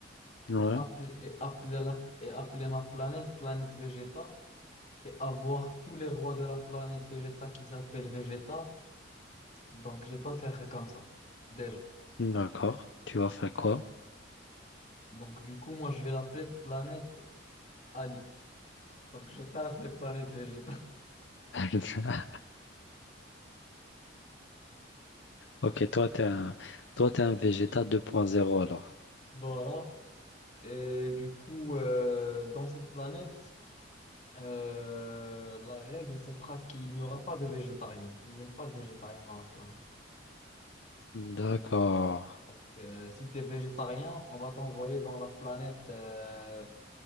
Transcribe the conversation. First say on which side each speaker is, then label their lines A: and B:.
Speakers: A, on the left; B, on the left.
A: Ouais,
B: et appeler, et appeler la- et appeler ma planète planète Vegeta et avoir tous les rois de la planète Vegeta qui s'appellent Vegeta. Donc, je vais pas faire comme ça, déjà.
A: d'accord. Tu vas faire quoi?
B: Donc, du coup, moi, je vais l'appeler planète Ali. Donc, je vais pas l'appeler planète Vegeta. <laughs>
A: <laughs> Ok, toi, t'es un, toi, t'es un végéta 2.0 alors.
B: Voilà. Et du coup, euh, dans cette planète, euh, la règle, ce sera qu'il n'y aura pas de végétariens. Il n'y a pas de végétariens dans la planète, en
A: D'accord.
B: fait. Donc, euh, si tu es végétarien, on va t'envoyer dans la planète, euh,